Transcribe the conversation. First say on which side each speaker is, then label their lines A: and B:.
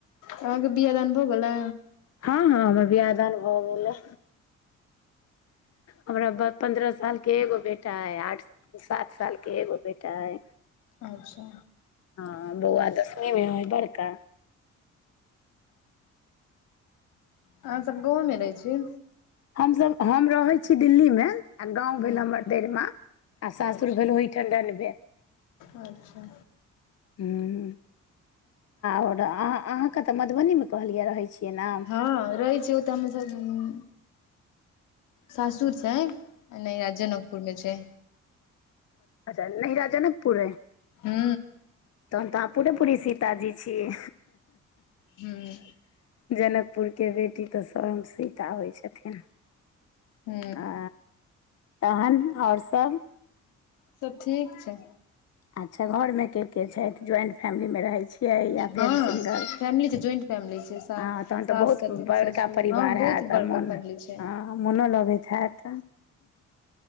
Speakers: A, on the left; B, on the left.
A: अहाँ के बिआ दान भा गेले
B: हँ हँ हमर वियाह दान भऽ गेलै हमरा ब पन्द्रह सालके एगो बेटा अइ आठ सात सालके एगो बेटा अइ
A: अच्छा
B: हँ बौआ दशमीमे हइ बड़का
A: अहाँ सब गाँवमे रहै छी
B: हमसभ हम रहै छी दिल्लीमे आ गाँव
A: हूँ
B: भेल हमर देर माँ आ सासुर
A: अच्छा
B: भेल ओहि ठंडन वे
A: अच्छा
B: हूँ और अह अहाँके तऽ मधुबनी मे कहलियै रहै छियै नऽ
A: हँ रहै छिये तऽ हमर सबके सासुर छै नहिरा जनकपुर मे छै
B: नेहरा जनकपुर ऐ
A: हू
B: तहन तऽ अहाँ पूरे पूरी सीताजी छी
A: हूँ
B: जनकपुरके बेटी तऽ सब सीता होइ छथिन
A: हू
B: आ तहन आओर सब
A: सब ठीक छै
B: अच्छा घरमे केते छैथ ज्वइनट फैमिलीमे रहै छियै या
A: हँ
B: फेर सिंगल
A: फैमिली छै ज्वाइंट फैमिली छै सा
B: आ तहन
A: सास
B: तऽ बहुत
A: छथिन
B: बड़का
A: ससुर
B: परिवार
A: हँ बहुत
B: हयत
A: बड़का
B: मोन
A: फैमिली छै
B: ह मोनो लगैत हैत